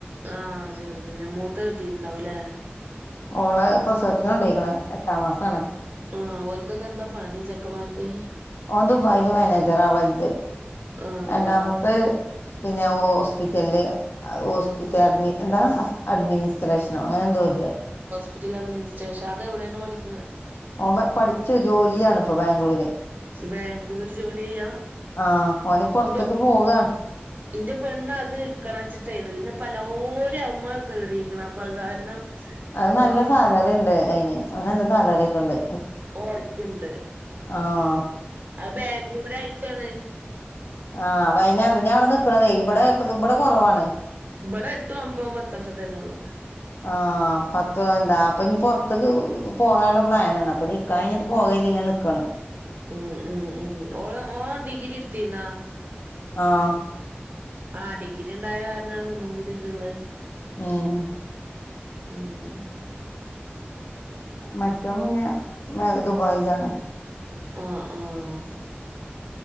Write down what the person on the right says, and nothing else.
ആഹ് ചെറുതിനെ മൂത്ത കെട്ടിട്ടുണ്ടാവുല്ലേ
ആഹ ഓൽക്കക്കെന്താ പണി ചക്കമാർക്ക്
ആഹ്
രണ്ടാമ
ഹിറ്റൽ അഡ്മിനിസ്ട്രേഷൻ അത എവിടെയാണ് പഠിക്കുന്നത്
ബാംഗ്ലൂര് ജോലി ചെയ്യാ
എന്റെ
എന്റെ പെണ്ണ അത് ഇടുക്കണ വെച്ചിട്ടായിന്ന് പിന്നെ എലോരും അമമ്മ ക കേറിയിരിക്ന് അപ്പൊ അത് കാരണം
ഇപ്പൊ
ഓക്കണ്ട്
അധ് ബാംഗ്ലൂര് ആയിട്ടാണ്
ഇവിടെ എട്ടും ഒമ്പതും പത്തൊക്കെ തന്നെ ഉള്ളു
ഉം ഉം ഉം ഓള ഓ ഡിഗ്രി ഇടുത്തിന്നാ
ആ ഡിഗ്രി ഉണ്ടായ കാരണാണ് ഒന്നും കൂടി ഇത്ള്ളത്
ഉം
ആഹ ആഹ